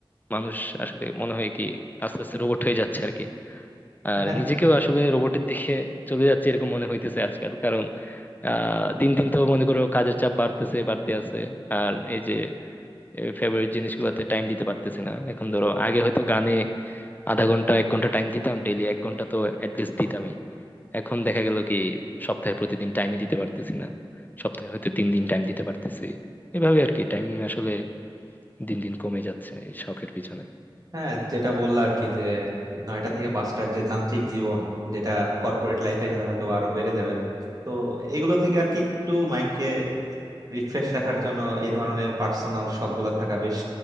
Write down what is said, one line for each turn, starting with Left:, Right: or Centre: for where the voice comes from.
Left: মানুষ আসলে মনে হয় কি আস্তে আস্তে রোবট হয়ে যাচ্ছে আর কি আর
Right: হ্যাঁ
Left: নিজেকেও আসলে রোবটের দিকে চলে যাচ্ছে এরকম মনে হইতেছে আজকাল কারণ আহ দিন দিন তো মনে করো কাজের চাপ বাড়তেছে বাড়তে আছে আর এই যে ফেভারিট জিনিসগুলোতে টাইম দিতে পারতেছি না এখন ধরো আগে হয়তো গানে আধা ঘন্টা এক ঘন্টা টাইম দিতাম ডেইলি এক ঘন্টা তো অ্যাটলিস্ট দিতামই এখন দেখা গেল কি সপ্তাহে প্রতিদিন টাইমই দিতে পারতেছি না সপ্তাহে হয়তো তিন দিন টাইম দিতে পারতেছি এভাবে আর কি টাইম আসলে দিন দিন কমে যাচ্ছে এই শখের পিছনে
Right: হ্যাঁ যেটা বললো আর কি যে নয়টা থেকে পাঁচটার যে যান্ত্রিক জীবন যেটা কর্পোরেট লাইফে গেলে হয়তো আরো বেড়ে যাবে তো এগুলো থেকে আর কি একটু মাইন্ডকে রিফ্রেশ রাখার জন্য এই ধরনের পার্সোনাল শখ গুলো থাকা বেশ